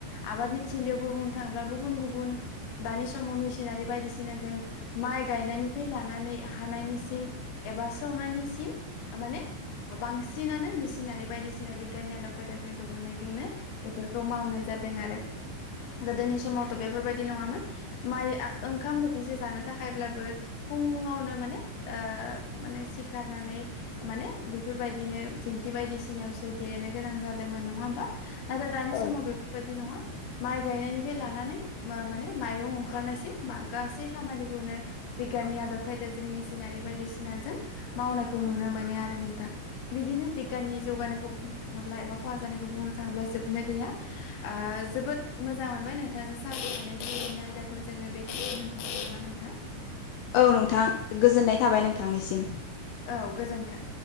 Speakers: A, on the left; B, on the left.
A: आबाद <unintelligible> बुंनो‌ थाङोब्ला गुबुन गुबुन दानि समाव मिसिनारि बायदिसिना जों माय‌ गायनाय नायनिफ्राय लानानै हानायनि सिम एबा सौनायनिसिम माने बांसिनानो मेसिनारि बायदिसिना बिगियाननि आदब खायदाजों दहननायजोंनो बेफोरखौ मावनाय जायो जादों आरो आरो गोदोनि समावथ बेफोरबायदि नङामोन माइ आख ओंखाम बोथिसे जानो थाखायब्लाबो फुङावनो माने ओ माने सिखारनानै माने बेफोरबायदिनो दिंखि खि बायदिसिनायावसो देनो गोनां जादोंमोन नङा होमबा नाथाय दानि
B: औ
A: समाव बेफोरबायाददि नङा माइ गायनायनिफ्राय लानानै ओ माने माइरं ओंखारनायसिम लानानै माने गासै खामानिखौनो बिगियाननि आदब खायदा जों मेसिनारि बायदिसिनाजों मावनायखौ नुनो मोनो आरो नोंथां बिदिनो बिगियाननि जौगानायखौ बुंनो थाङोब्ला एबा खहा जानायखौ बुंनो थाङोब्ला जोबोद नो गैया ओ जोबोद मोजां मोनबाय नोंथाङजों सावरायनानै दिनैनि आयदाखौ जोङो दोनथनोसै नामा नोंथां
B: औ नोंथां गोजोननाय थाबाय नोंथांनिसिम
A: औ गोजोन्थों